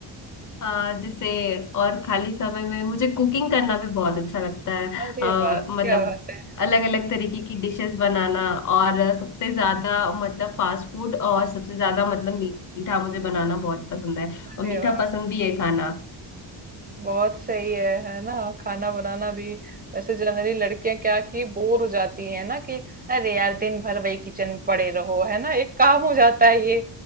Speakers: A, on the left; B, on the right.
A: हाँ जैसे और खाली समय में मुझे कुकिंग करना भी बहुत अच्छा लगता है
B: अरे
A: अ,
B: वाह
A: मतलब
B: क्या बात है
A: अलग अलग तरीके की डिशेस बनाना और सबसे ज्यादा मतलब फास्ट फूड और सबसे ज्यादा मतलब मीठा मुझे बनाना बहुत पसंद है
B: अरे
A: और मीठा
B: वाह
A: पसंद भी है खाना
B: बहुत सही है है ना खाना बनाना भी वैसे जनरली लड़कियां क्या कि बोर हो जाती हैं ना कि अरे यार दिन भर वही किचन में पड़े रहो है ना एक काम हो जाता है ये